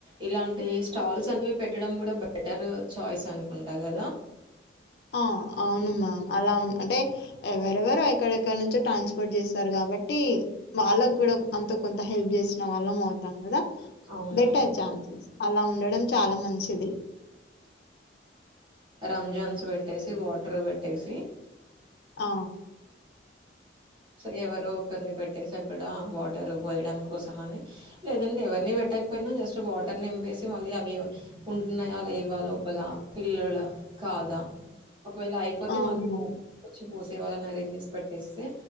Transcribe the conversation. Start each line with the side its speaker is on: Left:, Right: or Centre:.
Right: ఇలాంటి ఈ స్టాల్స్ అనేవి పెట్టడం కూడా బెటర్ చాయిస్ అనుకుంటా కదా
Left: ఆ అవునుమా అలా ఉ అంటే ఎవరెవరు ఎక్కడెక్కడ నుంచో ట్రాన్స్పోర్ట్ చేస్తారు కాబట్టి వాళ్ళకు కూడా లైక్ అంత కొంత హెల్ప్ చేసిన వాళ్ళం అవుతాం కదా
Right: అవును.
Left: బెటర్ ఛాన్సెస్ అలా ఉండడం చాలా మంచిది
Right: రంజన్స్ పెట్టేసి వాటర్ పెట్టేసి
Left: ఆ
Right: సో ఎవరో ఒకరిని పెట్టేసి అక్కడ వాటర్ పోయడం కోసం అని లేదంటే ఎవరిని పెట్ పేట్టకపోయినా జస్ట్ వాటర్ నింపేసి మళ్ళీ అవి ఉంటున్నాయ లేవా లోపల పిల్లలు కాదా ఒకవేళ అయిపోతే
Left: అవును
Right: మళ్ళీ
Left: మ్యామ్.
Right: వచ్చి పోసే వాళ్ళని అరేంజ్ చేసి పెట్టేస్తే